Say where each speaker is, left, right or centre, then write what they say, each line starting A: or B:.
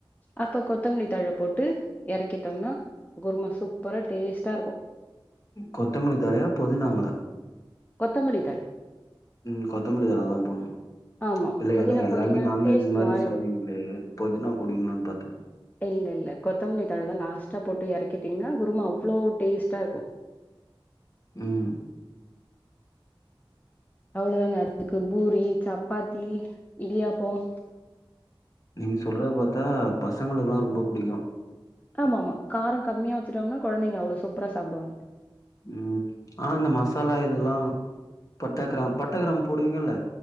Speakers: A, on the left; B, on the left.
A: அப்ப கொத்தமல்லி தழ போட்டு எறக்கிட்டம்னா குருமா சூப்பரா டேஸ்ட்டாருக்கு
B: கொத்தமல்லி தழையா பொதினாங்ளா
A: கொத்தமல்லி தழ
B: ம் கொத்தமல்லி தல தா போன்ணு
A: ஆமா
B: இல்ல
A: புதினா
B: ஏன்னா எல்லாமே
A: போட்டீங்கன்னா
B: நான்வெஜ்
A: டேஸ்ட்
B: மாரி
A: மாறிடு
B: சொன்னீங்ளே பொதினா போடுவீங்ளான் பார்த்த
A: இல்ல இல்ல கொத்தமல்லி தழ தா லாஸ்ட்டா போட்டு இறக்கிட்டீங்னா குருமா அவ்ளோ டேஸ்ட்டா இருக்கு
B: ம்
A: அவ்ளோ தாங்க அதுக்கு பூரி சப்பாத்தி இடியாப்பம்
B: நீங்க சொல்றது பார்த்தா பசங்களுக்லா ரொம்ப புடிக்கு
A: ஆமா ஆமா காரம் கம்மியா வச்சுட்டோம்னா கொழந்தைங்க அவ்ளோ சூப்பரா சாப்டுவாங்க
B: ம் ஆனா இந்த மசாலா இதெல்லா பட்ட கிராம் பட்ட கிராம் போடுவீங்கல்ல